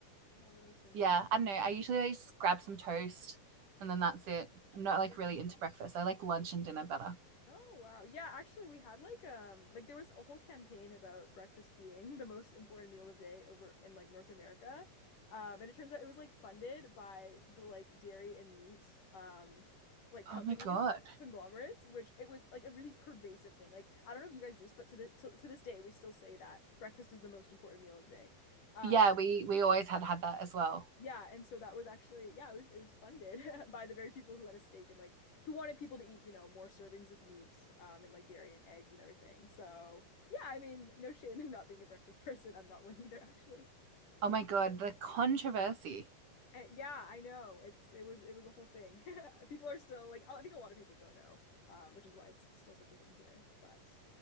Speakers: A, on the left; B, on the right.
A: A lot of those things
B: yeah,
A: tend
B: I don't
A: to
B: know. I usually like, just grab some toast and then that's it. I'm not
A: be.
B: like
A: Yeah.
B: really into breakfast. I like lunch and dinner better.
A: Oh wow. Yeah, actually we had like um like there was a whole campaign about breakfast being <laughs> the most important meal of day over in like North America. Um and it turns out it was like funded by the like dairy and meat um like
B: Oh
A: companies,
B: my god.
A: conglomerates, which it was like a really pervasive thing. Like I don't know if you guys just but to the to, to this day we still say that breakfast is the most important meal of day. Um
B: Yeah, we we always had had that as well.
A: yeah, and so that was actually yeah, it was it was funded <laughs> by the very people who had a stake and like who wanted people to eat, you know, more servings of meat um and like dairy and eggs and everything. So, yeah, I mean, no shame in not being a breakfast <laughs> person. I'm not one either actually. So,
B: Oh my god, the controversy.
A: uh, yeah, I know. It's it was it was a whole thing. <laughs> People are still like I think a lot of people don't know, um, which is why it's still such a thing here. But